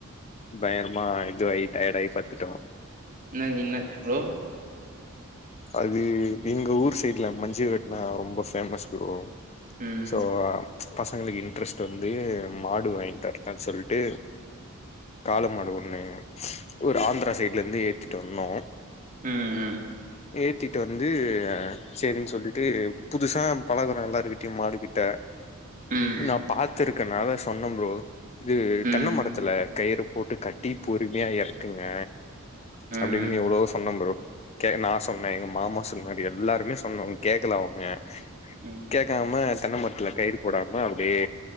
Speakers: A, on the left (about 30°); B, on the right (about 35°).
A: பயங்கரமா இதுவாகி டயடாயி பட்த்துட்டோ
B: என்னது இன்னாச்சு ப்ரோ
A: அது எங்க ஊர் சைட்ல மஞ்சு விரட்டுனா ரொம்ப பேமஸ் ப்ரோ
B: ம்
A: சோ ஆ பசங்களுக்கு இன்ட்ரெஸ்ட் வந்து மாடு வாங்கி தர்தா தா சொல்ட்டு காள மாடு ஒன்னு ஒரு ஆந்திரா சைட்ல இருந்து ஏத்திட்டு வந்தோ
B: உம் உம்
A: ஏத்திட்டு வந்து செரின்னு சொல்லிட்டு புதுசா பழகுறோம் எல்லார்கிட்டயும் மாடுக்கிட்ட
B: ம்
A: நான் பாத் <unintelligible> த்துருக்குனால சொன்னே ப்ரோ இது
B: ம்
A: தென்ன மரத்துல கயிறு போட்டு கட்டி பொறுமையா எறக்குங்க
B: ம்
A: அப்படின்னு
B: ம்
A: எவ்வளோ சொன்னே புரோ கே நா சொன்னேன் எங்க மாமா சொன்னாப்படி எல்லாருமே சொன்னோம் கேக்கல அவங்க
B: ம்
A: கேக்காம தென்ன மட்ல கயிறு போடாம அப்படியே